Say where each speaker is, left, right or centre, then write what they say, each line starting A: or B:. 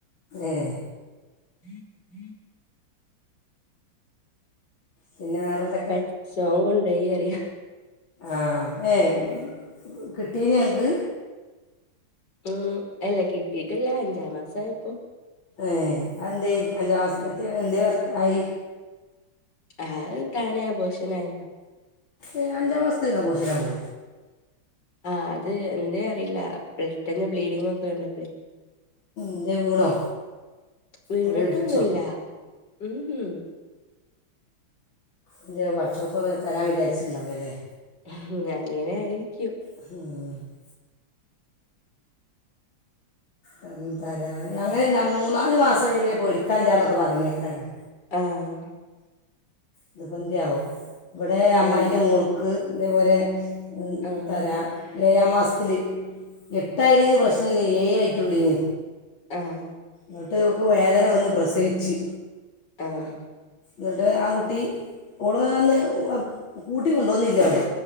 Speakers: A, on the left; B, on the left.
A: ഏഹ്‌
B: <inaudible>
A: പിന്നെ വേറെന്തെ
B: പട്ച്ചോൻ കൊണ്ടോയി യറ്യാ
A: ആഹ് ഏയ് കിട്ടീന്യോ ങ്ങക്ക്?
B: ഉം അല്ല കിട്ടിട്ടില്ല അഞ്ചാം മാസയപ്പോ
A: ഏഹ് അതെന്തേ അഞ്ചാം മാസത്ത്ത്തെ എന്തേ ആയി?
B: അത് താനെ അബോഷനായി.
A: ഏഹ് അഞ്ചാം മാസത്തിലൊക്കെ അബോർഷനാകോ?
B: ആഹ് അത് എന്തേ അറീല്ല പെട്ടെന്ന് ബ്ലീഡിങ്ങൊക്കെ വന്നപ്ലേയ്
A: എന്തേ വീണോ
B: വീണ്
A: അവിടെ ഇടിച്ചോ
B: ട്ടൊന്നുല്ല ഉം ഉം
A: എന്ത്യാവൊ പാട്ച്ചോപ്പത് തരാൻ വിചാര്ച്ച്ണ്ടാവൂല്ലല്ലേ
B: ഇല്ല അങ്ങനായിരിക്കും.
A: ഉം <unintelligible> തരാ ഞങ്ങനല്ല മൂന്നാല് മാസം കഴ്ഞ്ഞാ പിന്നെ പേടിക്കാല്ലാന്നൊക്കെ പറിണേക്കാലോ
B: ആഹ്
A: ഇത് പെന്ത്യാവോ ഇവടെ അമ്മായിൻ്റെ
B: എൻ
A: മോൾക്ക് ഇതേപോലെ <unintelligible>
B: ആഹ്
A: തരാ ഏഴാം മാസത്തില് എട്ടായിണെങ്കി പ്രശ്നല്ല ഏഴായിട്ടൊള്ളേ നി
B: ആഹ്
A: ന്നട്ട് ഓക്ക് വേദന വന്ന് പ്രസവിച്ച്.
B: ആഹ്
A: ന്നട്ട് ആ കുട്ടി ഓള് അന്ന് അപ് കൂട്ടി കൊണ്ടോന്നില്ലോളേ